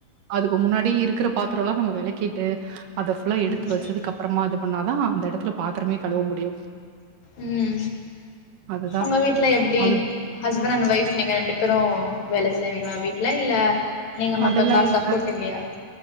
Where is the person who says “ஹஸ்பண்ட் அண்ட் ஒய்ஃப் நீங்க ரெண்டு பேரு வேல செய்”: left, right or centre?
Left